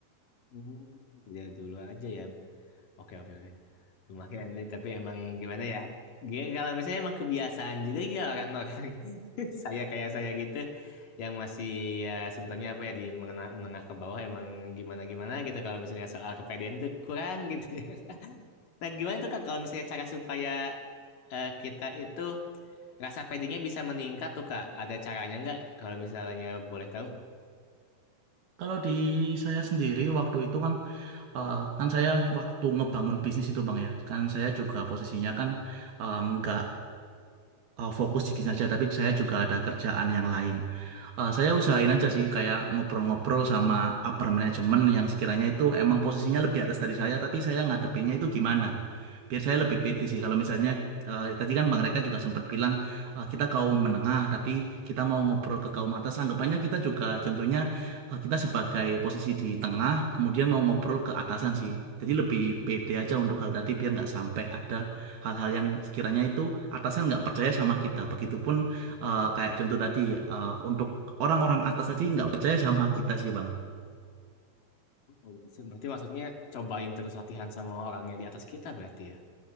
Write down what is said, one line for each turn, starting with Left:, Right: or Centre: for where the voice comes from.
Left: Hmm, lihat dulu aja ya. Oke, oke, oke. Lumayan nih, tapi emang gimana ya? G- Kalau misalnya emang kebiasaan juga ya orang-orang <laughs> saya kayak saya gitu yang masih ya sebutannya apa ya di mengenah- menengah, ke bawah emang gimana-gimana gitu kalau misalnya soal kepedean tuh kurang gitu ya. <laughs> Nah, gimana tuh Kak kalau misalnya cara supaya eh, kita itu rasa pedenya bisa meningkat tuh Kak? Ada caranya nggak kalau misalnya boleh tahu?
Right: Kalau di saya sendiri waktu itu kan Eh, kan saya waktu ngebangun bisnis itu Bang ya, kan saya juga posisinya kan eh, nggak eh, fokus di bisnis aja, tapi saya juga ada kerjaan yang lain. Eh, saya
Left: Hmm.
Right: usahain aja sih kayak ngobrol-ngobrol sama upper management yang sekiranya itu emang posisinya lebih atas dari saya tapi saya ngadepinnya itu gimana biar saya lebih pede sih kalau misalnya eh, tadi kan Bang Reka juga sempat bilang eh, kita kaum menengah tapi kita mau ngobrol ke kaum atas anggapannya kita juga contohnya eh, kita sebagai posisi di tengah kemudian mau ngobrol ke atasan sih jadi lebih pede aja untuk hal tadi biar nggak sampai ada hal-hal yang sekiranya itu atasan nggak percaya sama kita begitupun Eh, kayak contoh tadi, eh, untuk orang-orang atas tadi nggak percaya sama kita sih, Bang.
Left: Oh, berarti berarti maksudnya cobain terus latihan sama orang yang di atas kita berarti ya?